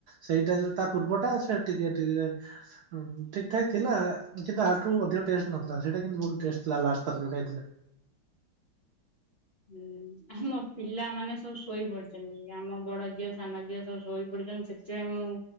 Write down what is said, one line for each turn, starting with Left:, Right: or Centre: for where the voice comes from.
Right: ସେଇଟା ଯୋଉ ତା ପୂର୍ବଟା ସେ ଟିକେ ଟିକେ ହୁଁ ଠିକ୍ ଠାକ୍ ଥିଲା କିନ୍ତୁ ଆଠୁ ଅଧିକ ଟେଷ୍ଟ ନଥିଲା ସେଇଟା କିନ୍ତୁ ବହୁତ ଟେଷ୍ଟ ଥିଲା ଲାଷ୍ଟଥର ଯୋଉ ଖାଇଥିଲେ।
Left: ହୁଁ ଆମ ପିଲାମାନେ ସବୁ ଶୋଇ ପଡିଚନି ଆମ ବଡ ଝିଅ ସାନ ଝିଅ ସବୁ ଶୋଇ ପଡିଚନ୍ତି ସେଥିପାଇଁ ମୁଁ